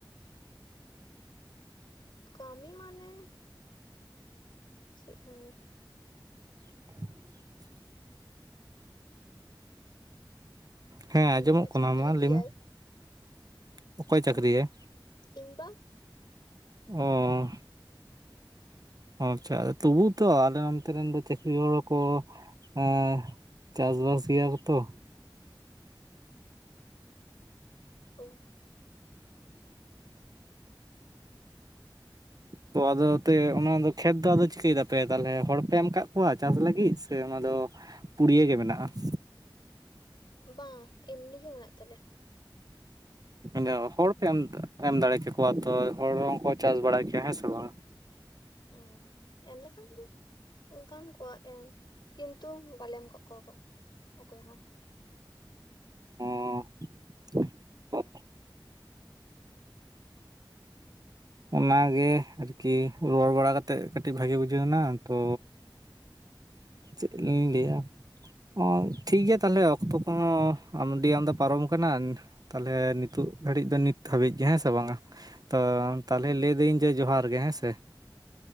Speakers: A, on the left; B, on the right.
A: ᱟᱸᱠ ᱠᱟᱹᱢᱤ ᱢᱟᱱᱮ ᱪᱮᱜ ᱠᱟᱹᱢᱤ?
B: <inaudible> ᱦᱮᱸ ᱟᱸᱡᱚᱢᱚᱜ
A: ᱤᱧ ᱵᱟ
B: ᱠᱟᱱᱟ
A: ᱪᱟᱠᱲᱤ
B: ᱢᱟ ᱞᱟᱹᱭ
A: ᱜᱮᱭᱟᱭ,
B: ᱢᱮ ᱚᱠᱚᱭ ᱪᱟᱹᱠᱨᱤᱭᱟᱭ?
A: ᱤᱧ ᱵᱟ᱾
B: ᱚᱻᱦ, ᱟᱪᱪᱷᱟ ᱟᱫᱚ ᱛᱚᱵᱩ ᱛᱚ ᱟᱞᱮ ᱱᱚᱱᱛᱮ ᱨᱮᱱ ᱫᱚ ᱪᱟᱹᱠᱨᱤ ᱦᱚᱲ ᱦᱚᱠᱚ ᱦᱚᱸ ᱪᱟᱥ ᱵᱟᱥ ᱜᱮᱭᱟ ᱠᱚ ᱛᱚ᱾
A: ᱚᱦ,
B: ᱛᱚ ᱟᱫᱚ ᱮᱛᱮ ᱚᱱᱟᱫᱚ ᱠᱷᱮᱛ ᱫᱚ ᱟᱫᱚ ᱪᱤᱠᱟᱹᱭᱮᱫᱟ ᱯᱮ ᱛᱟᱞᱦᱮ ᱦᱚᱲ ᱯᱮ ᱮᱢ ᱠᱟᱜ ᱠᱚᱣᱟ ᱪᱟᱥ ᱞᱟᱹᱜᱤᱫ ᱥᱮ ᱚᱱᱟᱫᱚ ᱯᱩᱲᱭᱟᱹ ᱜᱮ ᱢᱮᱱᱟᱜᱼᱟ ᱾
A: ᱵᱟᱝᱼᱟᱸ, ᱮᱢᱱᱤ ᱜᱮ ᱢᱮᱱᱟᱜ ᱛᱟᱞᱮᱭᱟ ᱾
B: ᱤᱱᱟᱹ ᱦᱚᱲ ᱯᱮ ᱮᱢ, ᱮᱢ ᱫᱟᱲᱮ ᱠᱮᱠᱚᱣᱟ ᱛᱚ, ᱦᱚᱲ ᱨᱮᱦᱚᱸ ᱠᱚ ᱪᱟᱥ ᱵᱟᱲᱟ ᱠᱮᱭᱟ ᱦᱮᱸ ᱥᱮ ᱵᱟᱝᱼᱟ?
A: ᱦᱩᱸ ᱮᱢ ᱞᱮᱠᱷᱟᱱ ᱫᱚ ᱚᱸᱠᱟᱱ ᱠᱚᱣᱟᱜ ᱮᱢ ᱠᱤᱱᱛᱩᱝ ᱵᱟᱞᱮ ᱮᱢ ᱟᱠᱟᱜ ᱠᱚᱣᱟ ᱠᱚ ᱚᱠᱚᱭ ᱦᱚᱸ᱾
B: ᱦᱚᱸ <unintelligible> ᱚᱸᱜ, ᱚᱱᱟ ᱜᱮ ᱟᱨᱠᱤ ᱨᱚᱲ ᱵᱟᱲᱟ ᱠᱟᱛᱮᱜ ᱠᱟᱹᱴᱤᱜ ᱵᱷᱟᱹᱜᱤ ᱵᱩᱡᱷᱟᱹᱣᱮᱱᱟ ᱛᱚ ᱪᱮᱜ ᱞᱤᱧ ᱞᱟᱹᱭᱟ, ᱚᱸ ᱴᱷᱤᱠ ᱜᱮᱭᱟ ᱛᱟᱦᱮᱞᱮ ᱚᱠᱛᱚ ᱠᱚᱦᱚᱸ ᱟᱢ ᱰᱤ ᱟᱢᱫᱟ ᱯᱟᱨᱚᱢ ᱟᱠᱟᱱᱟᱱ, ᱛᱟᱦᱮᱞᱮ ᱱᱤᱛᱩᱜ ᱜᱷᱟᱹᱲᱤᱡ ᱫᱚ ᱱᱤᱛ ᱦᱟᱹᱵᱤᱡ ᱜᱮ ᱦᱮᱸ ᱥᱮ ᱵᱟᱝᱼᱟ? ᱛᱚ
A: ᱦᱩᱸ
B: ᱛᱟᱞᱦᱮ ᱞᱟᱹᱭ ᱤᱫᱟᱹᱧ ᱡᱮ, ᱡᱚᱦᱟᱨ ᱜᱮ ᱦᱮᱸ ᱥᱮ?